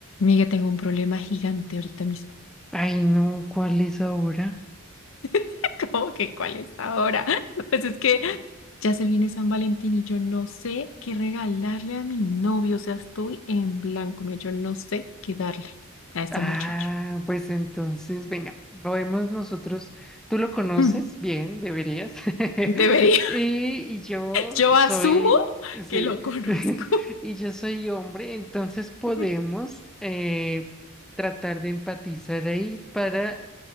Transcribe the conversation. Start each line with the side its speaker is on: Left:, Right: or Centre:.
Left: Miga, tengo un problema gigante ahorita mismo.
Centre: Ay, no, ¿cuál es ahora?
Left: <laughs> ¿Cómo que cuál es ahora? <laughs> Pues es que ya se viene San Valentín y yo no sé qué regalarle a mi novio. O sea, estoy en blanco. Mira, yo no sé qué darle a este
Centre: Ah,
Left: muchacho.
Centre: pues entonces, venga, podemos nosotros, tú lo conoces
Left: Mm,
Centre: bien, deberías. <laughs>
Left: Debería.
Centre: Y,
Left: <laughs>
Centre: y yo
Left: Yo
Centre: soy,
Left: asumo
Centre: sí,
Left: que lo conozco.
Centre: <laughs> y yo soy hombre, entonces podemos
Left: <laughs>
Centre: eh, tratar de empatizar ahí para